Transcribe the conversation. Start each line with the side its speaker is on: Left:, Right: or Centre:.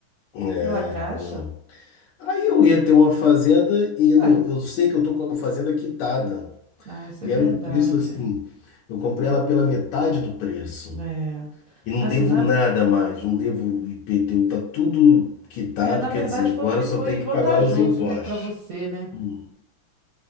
Left: É,
Right: pela Caixa.
Left: não. Aí eu ia ter uma fazenda e no
Right: Ué,
Left: eu sei que eu tô com a fazenda quitada.
Right: ah, isso
Left: E
Right: é verdade.
Left: era um preço assim. Eu comprei ela pela metade do preço.
Right: É.
Left: E não
Right: Assim,
Left: devo
Right: na,
Left: nada
Right: ve-
Left: mais. Não devo IPTU, tá tudo quitado.
Right: é, na
Left: Quer
Right: verdade
Left: dizer, agora
Right: foi,
Left: eu só
Right: foi
Left: tenho que
Right: vantajoso,
Left: pagar os impostos.
Right: né, para você, né?
Left: Hum.